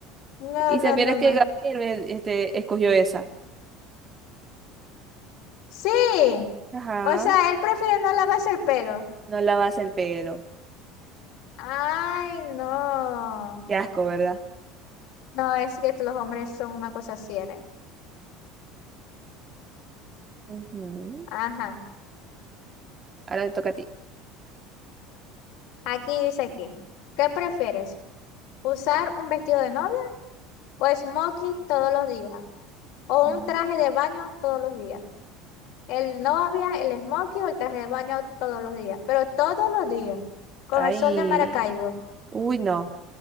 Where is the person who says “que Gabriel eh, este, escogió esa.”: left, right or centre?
Right